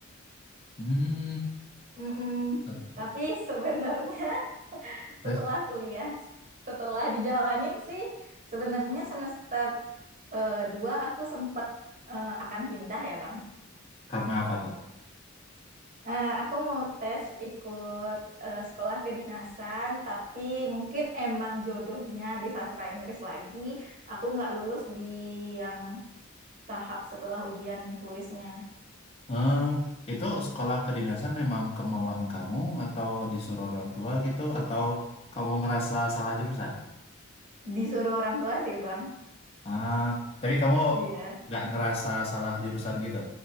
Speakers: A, on the left; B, on the right.
A: Hmm.
B: Mm-mm.
A: eh,
B: tapi sebenarnya <laughs>
A: Terus
B: setelah kuliah setelah dijalanin sih sebenarnya semester eh, dua aku sempat eh, akan pindah ya Bang
A: karena apa tuh?
B: Eh, aku mau tes ikut eh, sekolah kedinasan, tapi mungkin emang jodohnya di sastra Inggris lagi. Aku nggak lulus di yang tahap setelah ujian tulisnya.
A: Ah, itu sekolah kedinasan memang kemauan kamu atau disuruh orang tua gitu atau kamu ngerasa salah jurusan?
B: Disuruh orang tua sih, Bang.
A: Ah, tapi kamu
B: Iya.
A: nggak ngerasa salah jurusan gitu